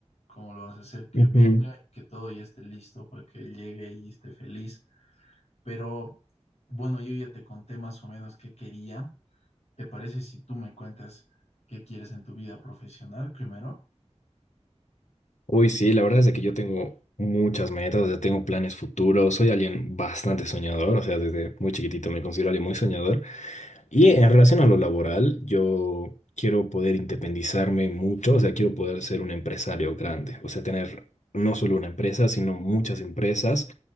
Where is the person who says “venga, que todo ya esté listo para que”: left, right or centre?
Left